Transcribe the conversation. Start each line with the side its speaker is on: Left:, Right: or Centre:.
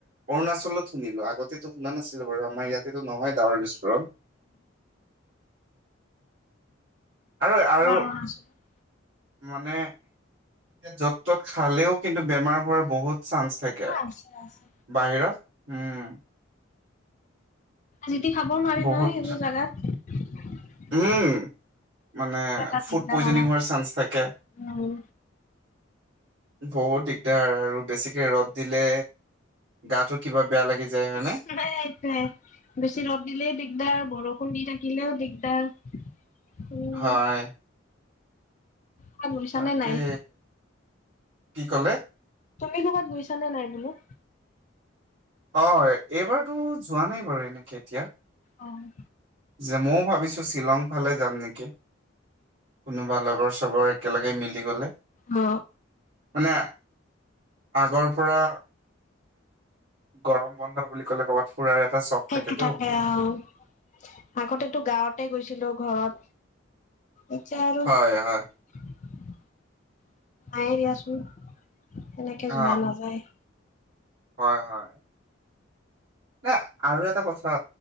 Right: অৰুণাচলত শুনিলো। আগতেতো শুনা নাছিলো বাৰু আমাৰ ইয়াতেতো নহয়। ডাৱৰ বিস্ফোৰণ। আৰু, আৰু।
Left: অৰুণাচলত
Right: মানে এয়া য'ত ত'ত খালেও কিন্তু বেমাৰ হোৱাৰ বহুত চান্স থাকে।
Left: আছে আছে
Right: বাহিৰত উম।
Left: যি তি খাবও নোৱাৰি
Right: বহুত
Left: নহয়, সেইবোৰ জাগাত।
Right: উম মানে
Left: সেইটো এটা দিগদাৰ
Right: ফুড পইজনিং
Left: আমাৰ
Right: হোৱাৰ চান্স থাকে।
Left: কাৰণে উম
Right: বহুত দিগদাৰ আৰু বেছিকে ৰ'দ দিলে। গাটো কিবা বেয়া লাগি যায় হয়নে?
Left: সেইটোৱে। বেচি ৰ'দ দিলে দিগদাৰ, বৰষুণ দি থাকিলেও দিগদাৰ। উম
Right: হয়।
Left: ক'বাত গৈছানে
Right: তাকে,
Left: নাই
Right: কি ক'লে?
Left: তুমি ক'ৰবাত গৈছা নে নাই বোলো?
Right: অ', এইবাৰতো যোৱা নাই বাৰু এনেকে এতিয়া।
Left: অ'।
Right: যে মইও ভাবিছোঁ শ্বিলং ফালে যাম নেকি? কোনোবা লগৰ চবৰ একেলগে মিলি গ'লে
Left: অ
Right: মানে, আগৰ পৰা। গৰম বন্ধ বুলি ক'লে ক'ৰবাত। ফুৰাৰ এটা চখ
Left: সেইটো
Right: থাকেতো
Left: থাকে অ', আগতেতো গাঁৱতে গৈছিলোঁ ঘৰত। এতিয়া আৰু
Right: হয় হয়
Left: নাইয়েই দিয়াচোন। তেনেকে
Right: অ
Left: যোৱা নাযায়।
Right: হয়, হয়। মানে আৰু এটা কথা